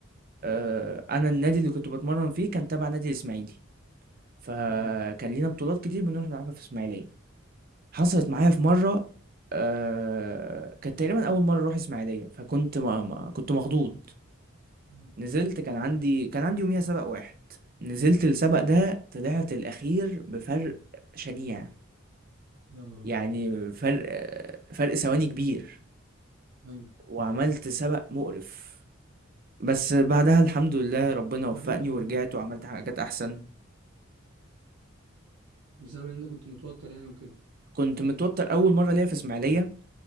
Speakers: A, on the right; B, on the right.
A: آه
B: امم
A: انا النادي اللي كنت بتمرن فيه كان تبع نادي الاسماعيلي فكان
B: امم
A: لينا بطولات كتير بنروح نلعبها في الاسماعيليه حصلت
B: امم
A: معايا في مرة آه كانت تقريبا أول مرة أروح إسماعيلية فكنت ما ما كنت مخضوض
B: أمم.
A: نزلت كان عندي كان عندي يوميها سبق واحد نزلت السبق ده طلعت الأخير بفرق شنيع
B: يا نهار
A: يعني
B: ابيض
A: فرق فرق ثواني كبير
B: ايوه
A: وعملت سبق مقرف بس بعدها الحمد لله ربنا وفقني
B: طب انت كنت
A: ورجعت
B: متوتر
A: وعملت حاجات أحسن
B: بسبب ان انت كنت متوتر يعني وكده
A: كنت متوتر أول مرة ليا في إسماعيلية